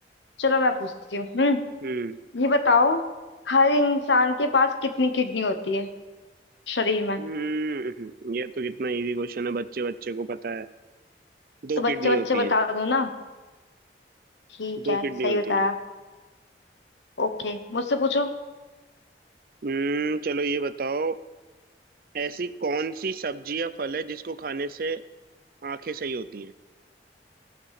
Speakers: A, on the left (about 85°); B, on the right (about 55°).
A: चलो मैं पूछती हूँ हम्म
B: हम्म
A: ये बताओ हर इंसान के पास कितनी किडनी होती है शरीर में
B: हम्म ये तो कितना इजी क्वेश्चन है बच्चे बच्चे को पता है दो
A: तो बच्चे
B: किडनी होती
A: बच्चे बता
B: हैं
A: दो ना ठीक
B: दो
A: है
B: किडनी
A: सही
B: होती
A: बताया
B: हैं
A: ओके मुझसे पूछो
B: हम्म चलो ये बताओ ऐसी कौन सी सब्जी या फल है जिसको खाने से आंखें सही होती हैं